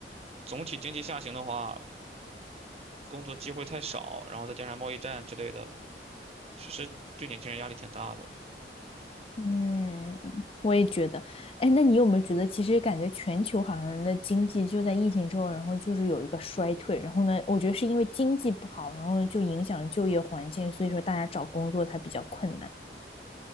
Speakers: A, on the right; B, on the left.
A: 总体经济下行的话，工作机会太少，然后再加上贸易战之类的，确实对年轻人压力挺大的。
B: 嗯，我也觉得。哎，那你有没有觉得，其实感觉全球好像人的经济就在疫情之后，然后就是有一个衰退，然后呢，我觉得是因为经济不好，然后就影响就业环境，所以说大家找工作才比较困难。